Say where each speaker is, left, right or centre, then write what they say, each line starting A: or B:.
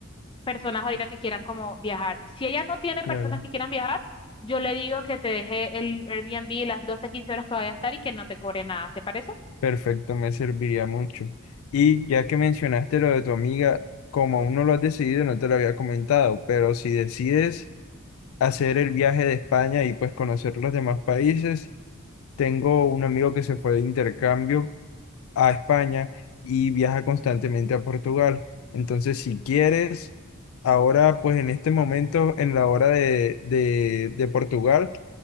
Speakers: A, on the left; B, on the left.
A: personas ahorita que quieran como viajar. Si ella no tiene
B: Claro.
A: personas que quieran viajar, yo le digo que te deje el Airbnb las 12 15 horas que vaya a estar y que no te cobre nada. ¿Te parece?
B: Perfecto, me serviría mucho. Y ya que mencionaste lo de tu amiga, como aún no lo has decidido, no te lo había comentado, pero si decides hacer el viaje de España y pues conocer los demás países, tengo un amigo que se fue de intercambio a España y viaja constantemente a Portugal. Entonces, si quieres, ahora, pues en este momento, en la hora de, de, de Portugal,